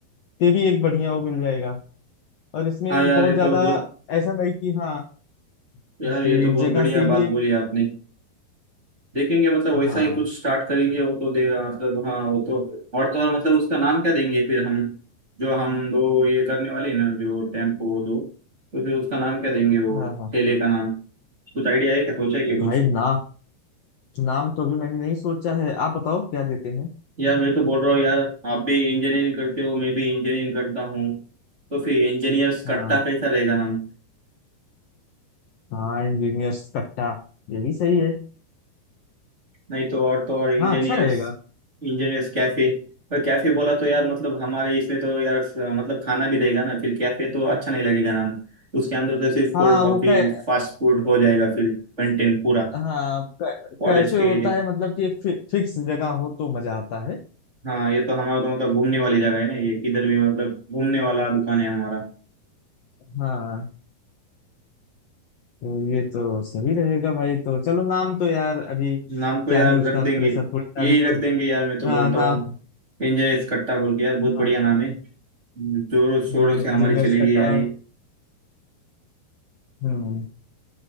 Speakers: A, on the left; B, on the right.
A: ये भी एक बढ़िया वो मिल जाएगा और इसमें
B: हाँ यार
A: बहुत
B: ये
A: ज्यादा
B: तो बहुत
A: ऐसा नहीं कि हाँ
B: यार
A: इसकी
B: ये तो बहुत
A: जगह
B: बढ़िया
A: के लिए
B: बात बोली आपने देखेंगे मतलब वैसा
A: हाँ
B: ही कुछ स्टार्ट करेंगे वो तो देगा मतलब हाँ वो तो और तो और मतलब उसका नाम क्या देंगे फिर हम जो हम दो ये करने वाले हैं ना जो टेम्पो दो तो फिर उसका नाम क्या देंगे वो
A: हाँ हाँ
B: ठेले का नाम कुछ आइडिया है क्या सोचा है क्या कुछ
A: भाई ना नाम तो अभी मैंने नहीं सोचा है आप बताओ क्या देते हैं
B: यार मैं तो बोल रहा हूँ यार आप भी इंजीनियरिंग करते हो मैं भी इंजीनियरिंग करता हूँ तो फिर इंजीनियर्स कट्टा
A: हाँ
B: कैसा रहेगा नाम
A: हाँ इंजीनियर्स कट्टा ये भी सही है
B: नहीं तो और तो और इंजीनियर्स
A: हाँ अच्छा रहेगा
B: इंजीनियर्स कैफे पर कैफे बोला तो यार मतलब हमारे इसमें तो यार मतलब खाना भी रहेगा ना फिर कैफे तो अच्छा नहीं लगेगा नाम उसके अंदर तो सिर्फ
A: हाँ
B: कोल्ड कॉफी
A: वो कै
B: फास्ट फूड हो जाएगा फिर कंटेंट पूरा
A: हाँ कै,
B: कॉलेज
A: कैफे
B: के
A: होता
B: एरिया
A: है मतलब कि एक फि, फिक्स जगह हो तो मजा आता है
B: हाँ ये तो हमारा तो मतलब घूमने वाली जगह है ना ये किधर भी मतलब घूमने वाला दुकान है हमारा
A: हाँ तो ये तो सही रहेगा भाई तो चलो नाम तो यार अभी
B: नाम को
A: क्या
B: यार
A: ही उसका
B: रख देंगे
A: प्रेशर थोड़ी सा
B: यही
A: अभी
B: रख
A: तो
B: देंगे यार मैं तो
A: हाँ,
B: बोलता
A: नाम
B: हूँ एंजॉय कट्टा बोल के यार बहुत बढ़िया
A: हाँ
B: नाम है जोरों शोरों
A: हाँ
B: से
A: इंजीनियर्स
B: हमारी चलेगी
A: कट्टा
B: यार ये
A: हम्म